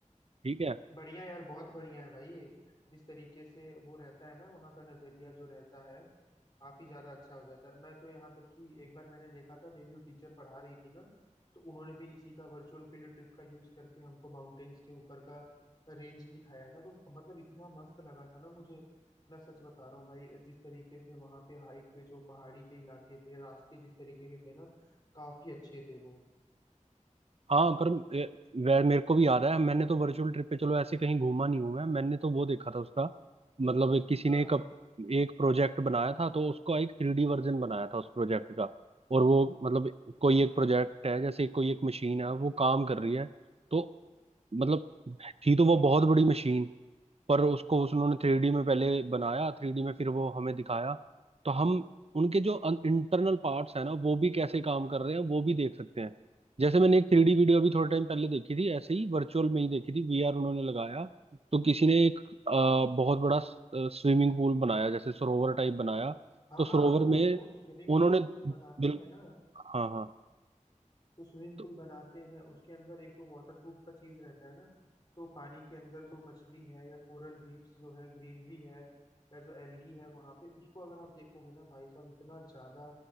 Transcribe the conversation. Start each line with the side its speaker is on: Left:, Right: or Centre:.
Right: ठीक है
Left: बढ़िया यार बहुत बढ़िया है भाई ये जिस तरीके से वो रहता है ना वहाँ का नजरिया जो रहता है काफी ज्यादा अच्छा हो जाता है मैं तो यहाँ तक कि एक बार मैंने देखा था मेरी जो टीचर पढ़ा रही थी ना तो उन्होंने भी इसी का वर्चुअल फील्ड ट्रिप का यूज करके हमको माउंटेन्स के ऊपर का रेंज दिखाया था तो मतलब इतना मस्त लगा था ना मुझे मैं सच बता रहा हूँ भाई जिस तरीके से वहाँ पे हाइट पे जो पहाड़ी के इलाके थे रास्ते जिस तरीके के थे ना काफी अच्छे थे वो
Right: हाँ पर ए, वह मेरे को भी याद है मैंने तो वर्चुअल ट्रिप पे चलो ऐसे कहीं घूमा नहीं हूं मैं मैंने तो वो देखा था उसका मतलब एक- किसी
Left: हाँ
Right: ने
Left: हाँ
Right: एक अप- एक प्रोजेक्ट बनाया था तो उसका एक थ्री डी वर्जन बनाया था उस प्रोजेक्ट का और वो मतलब कोई एक प्रोजेक्ट है जैसे कोई एक मशीन है वो काम कर रही है तो मतलब थी तो वो बहुत बड़ी मशीन पर उसको उस उन्होंने थ्री डी में पहले बनाया थ्री डी में फिर वो हमें दिखाया तो हम उनके जो इंटरनल पार्ट्स हैं ना वो भी कैसे काम कर रहे हैं वो भी देख सकते हैं जैसे मैंने एक थ्री डी वीडियो अभी थोड़े टाइम पहले देखी थी ऐसे ही वर्चुअल में ही देखी थी वीआर उन्होंने लगाया तो किसी ने एक अ, बहुत बड़ा स्विमिंग पूल बनाया जैसे सरोवर टाइप बनाया
Left: हाँ
Right: तो सरोवर
Left: हाँ वो
Right: में
Left: देखो स्विमिंग
Right: उन्होंने
Left: पूल बनाते
Right: बिल
Left: हैं ना
Right: हाँ हाँ
Left: तो स्विमिंग
Right: तो
Left: पूल बनाते हैं उसके अंदर एक तो वाटर प्रूफ का चीज रहता है ना तो पानी के अंदर जो मछली है या कोरल रीफ्स जो है ग्रीनरी है या जो एल्गी है वहां पे उसको अगर आप देखोगे ना भाई साहब इतना ज्यादा